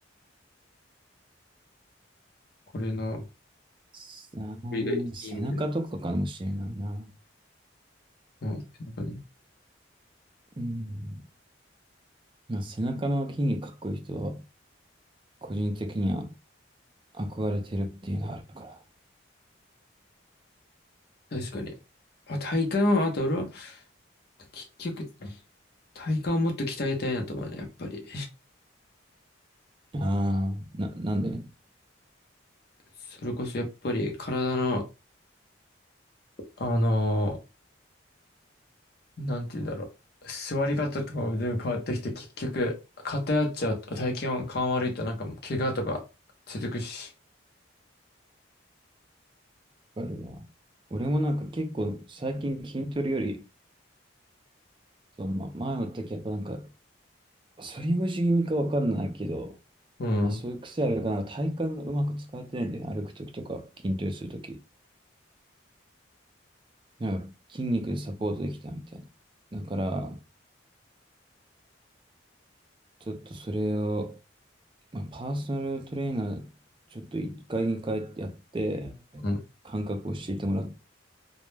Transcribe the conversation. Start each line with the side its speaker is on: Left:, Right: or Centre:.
Left: これの、
Right: さあ、
Left: これがいいみたい。
Right: 背中とかかもしれないな。
Left: うん、なんかね。
Right: うん。まあ、背中の筋肉かっこいい人は、個人的には憧れてるっていうのはあるか
Left: 確かに。まあ、体幹は、あと俺は、結局、体幹をもっと鍛えたいなと思うね、やっぱり。
Right: ら。ああ、な、なんで
Left: それこそやっぱり体の、あのーなんて言うんだろう。座り方とかも全部変わってきて、結局、偏っちゃうと、体験が感悪いと、なんか、怪我とか続くし。
Right: あるわ。俺もなんか結構最近筋トレより、そう、ま、前も言ったけど、やっぱなんか、反り腰気味かわかんないけど、
Left: うん。
Right: まあそういう癖あるから、なんか体幹がうまく使えてないんだよね。歩くときとか、筋トレするとき。なんか筋肉でサポートできたみたいな。だから、ちょっとそれを、まあ、パーソナルトレーナー、ちょっと1回2回やって、
Left: うん。
Right: 感覚を教えてもら